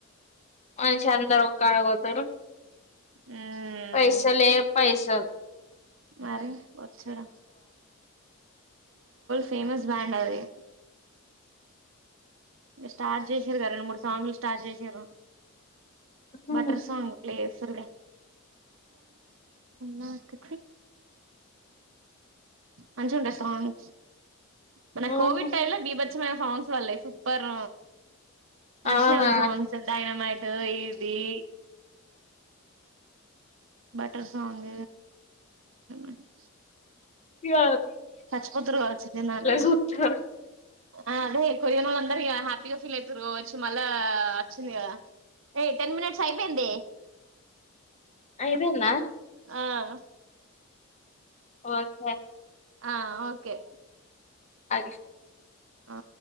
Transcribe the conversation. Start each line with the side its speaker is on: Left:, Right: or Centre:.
Left: మనిషి అందరు ఒక్కాడపోతారు
Right: మ్మ్
Left: పైసలే పైసల్
Right: మరి వచ్చిరా ఫేమస్ బ్యాండ్ అది స్టార్ట్ చేసిరు కద రెండు మూడు సాంగ్లు స్టార్ట్ చేసిరు
Left: ఉహు
Right: బటర్ సాంగ్ ప్లే చేస్తారు ఇక నాకు మంచిగుంద సాంగ్ మన
Left: ఉహు.
Right: కోవిడ్ టైమ్ లో బీభచ్చమైన సాంగ్స్ వల్లై సూపర్ నడిషినై
Left: అవునా
Right: వాళ్ళ సోంగ్స్ డయనమైట్ ఇదీ బట్టర్ సాంగ్ <inaudible>
Left: ప్య
Right: అచ్చిపోత్రరు కావచ్చు జనాలీగ
Left: చూత్తరు
Right: ఆ అదే కొరియానోళ్ళు అందరూ ఇగా హ్యాపీగా ఫీల్ అయితూరు కావచ్చు మళ్ళా వచ్చింది కదా ఏయ్ టెన్ మినిట్స్ అయిపోయిందే
Left: ఐపోయిందా
Right: ఆ
Left: ఓకే
Right: ఆ ఓకే
Left: ఆ
Right: ఆ